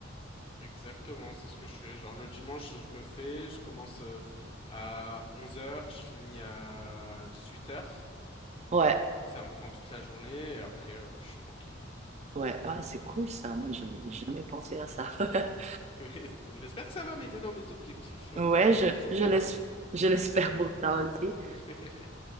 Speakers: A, on the left; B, on the right.
A: Exactement, c'est ce que je fais. Genre, le dimanche, je le fais. Je commence euh, à onze heures je finis à dix huit heures
B: Ouais,
A: Donc ça me prend toute la journée et après euh, je suis tranquille quoi.
B: ouais, ah, c'est cool ça. Moi, j'avais
A: Donc,
B: jamais pensé à ça. <laughs>
A: euh, <laughs> donc, j'espère que ça va m'aider dans mes objectifs. En
B: Ouais,
A: tout cas,
B: je,
A: euh, c'est
B: je
A: bien
B: l'es-
A: parti.
B: je l'espère pour toi aussi.
A: <laughs>